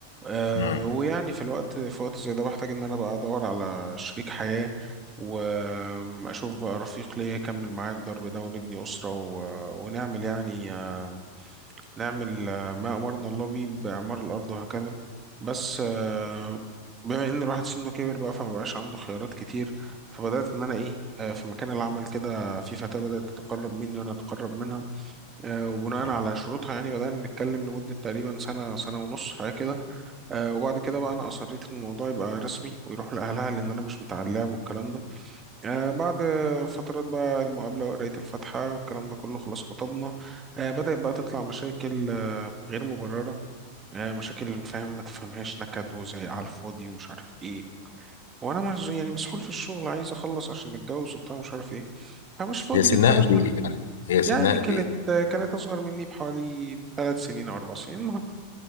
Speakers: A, on the right (about 20°); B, on the left (about 60°).
A: آه
B: مم.
A: ويعني في الوقت في وقت زي ده بحتاج ان انا بقى ادور على شريك حياة واشوف بقى رفيق ليا يكمل معايا الضرب ده ونبني أسرة و... ونعمل يعني آه نعمل آه، ما امرنا الله بيه باعمار الارض وهكذا بس آه بما ان الواحد سنه كبر بقى فما بقاش عنده خيارات كتير فبدأت ان انا ايه آه في مكان العمل كده في فتاة بدأت تتقرب مني وانا اتقرب منها آه، وبناء
B: مم.
A: على شروطها يعني بدأنا نتكلم لمدة تقريبا سنة سنة ونص حاجة كده آه، وبعد كده بقى أنا أصريت إن الموضوع يبقى رسمي ويروح لأهلها لأن أنا مش بتاع اللعب والكلام ده آه، بعد فترات بقى المقابلة وقراية الفاتحة والكلام ده كله خلاص خطبنا آه، بدأت بقى تطلع مشاكل آه، غير مبررة آه، مشاكل فاهم ما تفهمهاش نكد وزعيق على الفاضي ومش عارف إيه وأنا مش يعني مسحول في الشغل عايز أخلص عشان نتجوز وبتاع مش عارف إيه فمش فاضي
B: هي سنها
A: للكلام
B: قد ايه
A: ده
B: يعني هي سنها
A: يعني
B: قد
A: كانت
B: ايه
A: كانت أصغر مني بحوالي ثلاث سنين أو أربع سنين المهم